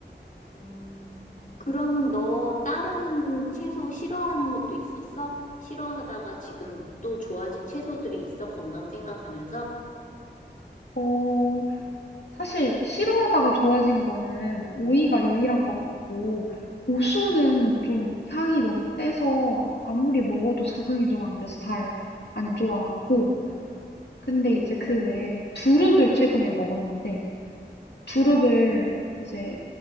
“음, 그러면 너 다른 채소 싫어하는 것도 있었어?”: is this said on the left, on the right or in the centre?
Left